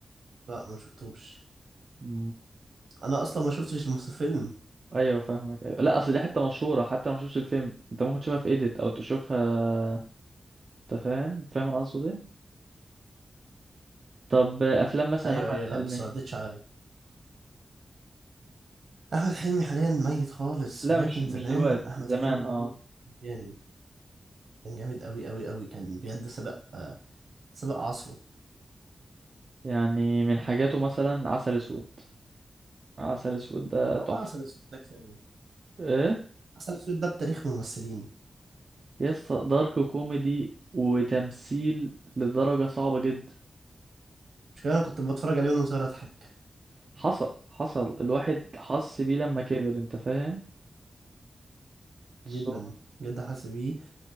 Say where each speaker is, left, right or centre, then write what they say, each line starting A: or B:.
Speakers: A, on the right; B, on the right.
A: لا ما شفتوش
B: دي
A: انا اصلا ما شفتش المس- الفيلم
B: ايوه فاهمك ايوه لا اصل دي حته مشهوره حتى ما شفتش الفيلم انت ممكن تشوفها في ايديت او تشوفها انت فاهم فاهم انا قصدي ايه؟ طب افلام مثلا
A: ايوه
B: احمد
A: ايوه
B: حلمي
A: لا بس ما عدتش عليا احمد حلمي حاليا ميت خالص
B: لا
A: ولكن
B: مش مش
A: زمان
B: دلوقتي
A: احمد
B: زمان
A: حلمي
B: اه
A: جامد كان جامد قوي قوي قوي كان بجد سبق آه، سبق عصره
B: يعني من حاجاته مثلا عسل اسود عسل اسود ده
A: او
B: تحفه
A: عسل اسود ده كفايه
B: ايه
A: عسل اسود ده بتاريخ ممثلين
B: يس دارك كوميدي وتمثيل لدرجه صعبه جدا
A: مش كده انا كنت بتفرج عليه وانا صغير اضحك
B: حصل حصل الواحد حس بيه لما كبر انت فاهم So-
A: جدا جدا حاسس بيه